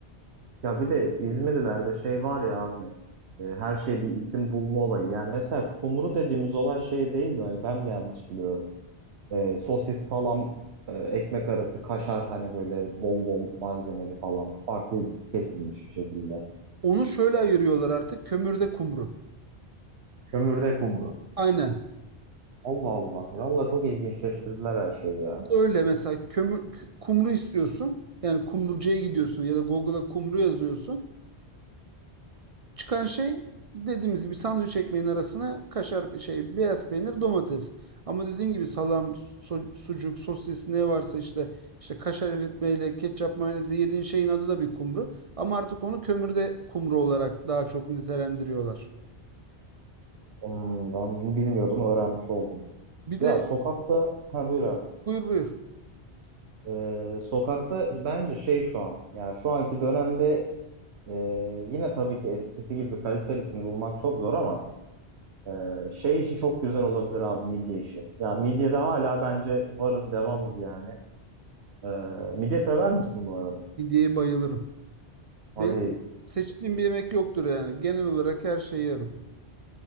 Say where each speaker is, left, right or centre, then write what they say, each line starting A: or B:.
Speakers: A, on the right (about 75°); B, on the right (about 50°).
A: ya bir de İzmirlilerde şey var ya abi. e, her şeye bir isim bulma olayı. Yani mesela kumru dediğimiz olay şey değil mi? Hani ben mi yanlış biliyorum? E, sosis, salam, e, ekmek arası, kaşar hani böyle bol bol malzemeli falan. Farklı kesilmiş bir şekilde.
B: Onu şöyle ayırıyorlar artık kömürde kumru.
A: Kömürde kumru.
B: Aynen.
A: Allah Allah. Valla çok ilginçleştirdiler her şeyi ya.
B: Öyle mesela kömür, kumru istiyorsun. Yani kumrucuya gidiyorsun ya da Google'a kumru yazıyorsun. Çıkan şey dediğimiz gibi sandviç ekmeğin arasına kaşar şey beyaz peynir domates. Ama dediğin gibi salam, so- sucuk, sosis ne varsa işte işte kaşar eritmeyle ketçap mayonezi yediğin şeyin adı da bir kumru. Ama artık onu kömürde kumru olarak daha çok nitelendiriyorlar.
A: Hmm, ben bunu bilmiyordum, öğrenmiş oldum.
B: Bir
A: Ya
B: de
A: sokakta, ha buyur abi.
B: buyur buyur.
A: E, sokakta bence şey şu an, yani şu anki dönemde e, yine tabii ki eskisi gibi kalitelisini bulmak çok zor ama ee, şey işi çok güzel olabilir abi midye işi. Ya midyede hala bence varız devamız yani. Ee, midye sever misin bu arada?
B: Midyeye bayılırım.
A: Abi
B: Benim seçtiğim bir yemek yoktur yani. Genel olarak her şeyi yerim.